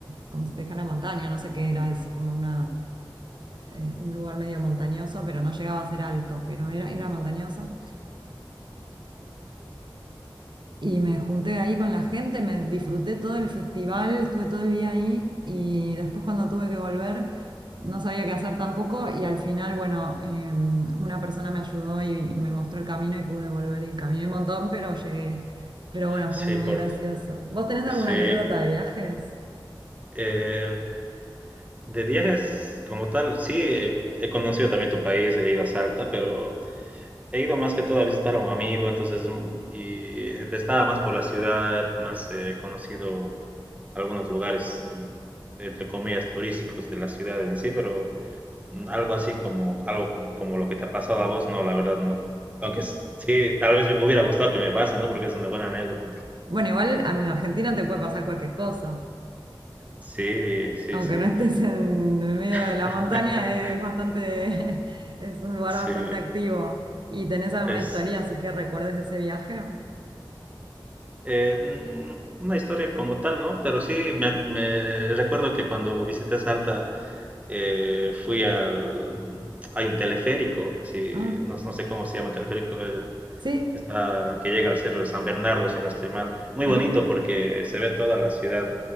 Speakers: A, on the right; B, on the right.
A: como si te dijera montaña, no sé qué era eso, como una, eh, un lugar medio montañoso, pero no llegaba a ser alto, pero era, era montañoso. Y me junté ahí con la gente, me disfruté todo el festival, estuve todo el día ahí y después cuando tuve que volver no sabía qué hacer tampoco y al final, bueno, eh, una persona me ayudó y, y me mostró el camino y pude volver y caminé un montón, pero llegué. Pero bueno,
B: Sí,
A: fue muy
B: por,
A: gracioso. ¿Vos tenés alguna
B: sí.
A: anécdota de viajes?
B: eh, de viajes como tal, sí, eh, he conocido también tu país, he ido a Salta, pero he ido más que todo a visitar a un amigo, entonces, mm, y estaba más por la ciudad, más eh, conocido algunos lugares, mm, entre comillas, turísticos de la ciudad en sí, pero mm, algo así como, algo como lo que te ha pasado a vos, no, la verdad no. Aunque s- sí, tal vez me hubiera gustado que me pase, ¿no? Porque es una buena anécdota.
A: Bueno, igual en Argentina te puede pasar cualquier cosa.
B: Sí, sí,
A: Aunque
B: sí.
A: no estés en el medio
B: <laughs>
A: de la montaña, es bastante, <laughs> es un lugar
B: Sí,
A: bastante activo. ¿Y tenés alguna
B: es
A: historia así que recuerdes de ese viaje?
B: eh, mm, una historia como tal, ¿no? Pero sí, me, ac- me recuerdo que cuando visité Salta, eh, fui al... Hay un teleférico, si,
A: Ah,
B: no, no sé cómo se llama teleférico, el
A: sí,
B: que está, que llega al cerro de San Bernardo, si no estoy mal. Muy
A: ajá,
B: bonito porque se ve toda la ciudad